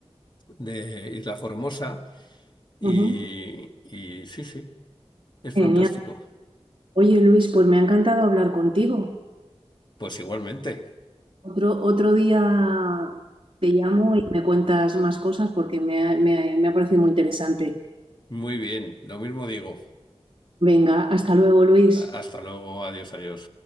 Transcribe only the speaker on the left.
de Isla Formosa y,
y sí, sí, es fantástico.
Pues igualmente,
muy bien, lo mismo digo.
Hasta luego, adiós, adiós.